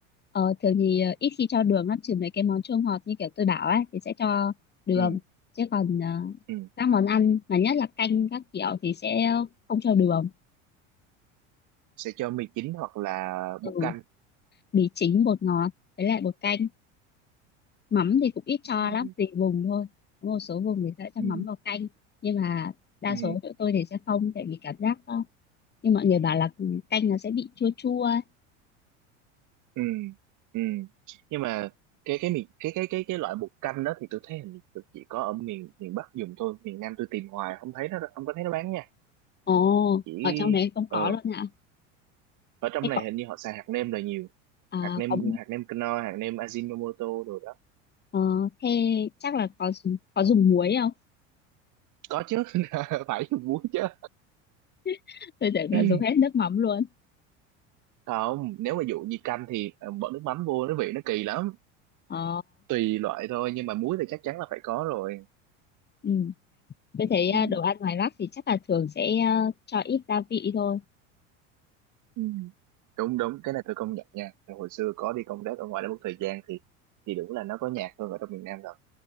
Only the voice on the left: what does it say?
ờ, thường thì ờ, ít khi cho đường lắm trừ mấy cái món chua ngọt như kiểu tôi bảo ấy thì sẽ cho đường
chứ còn ờ,
các món ăn mà nhất là canh các kiểu thì sẽ không cho đường
ừ
mì chính bột ngọt với lại bột canh mắm thì cũng ít cho
lắm
tùy vùng thôi có một số vùng thì sẽ cho
mắm vào canh nhưng mà đa
số tụi tôi thì sẽ không tại vì cảm giác ờ, như mọi người bảo là canh nó sẽ bị chua chua ấy.
ồ
ở trong đấy không có
luôn hả
thế
có
à,
có
ờ, thế chắc là có có dùng muối không
<laughs> tôi tưởng
là dùng hết nước mắm luôn
ờ
ừ. tôi thấy
ờ, đồ ăn ngoài Bắc thì chắc là thường sẽ ờ, cho ít gia vị thôi